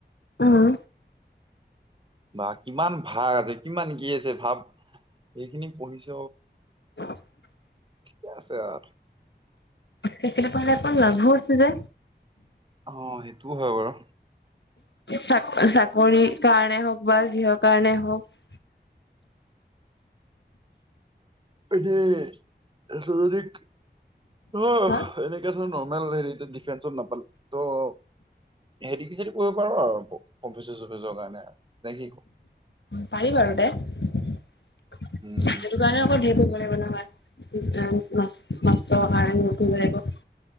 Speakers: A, on the left; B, on the right.
A: উম।
B: বা কিমান ভাগ আছে, কিমান কি আছে ভাৱ। যিখিনি পঢ়িছ
A: <inaudible>
B: ঠিকে আছে আৰু।
A: সেইখিনি পঢ়িলে দেখোন লাভো আছে যে।
B: অ, সেইটোও হয় বাৰু।
A: চা, চাকৰি কাৰণে হওক, বা যিহৰ কাৰণে হওক।
B: <unintelligible> <unintelligible> নৰ্মেল হেৰি <unintelligible>
A: হা
B: ডিফেন্সত নাপালো ত' <unintelligible> কৰিব পাৰ আৰু প প্ৰফেচৰ চফেচৰ কাৰণে নে কি ক!
A: পাৰি বাৰু দে। সেইটো কাৰণে
B: উম
A: আকৌ ধেৰ পঢ়িব লাগিব নহয়, ইণ্টাৰ্ণ, মাষ্টাৰ্ছ কাৰণেও পঢ়িব লাগিব।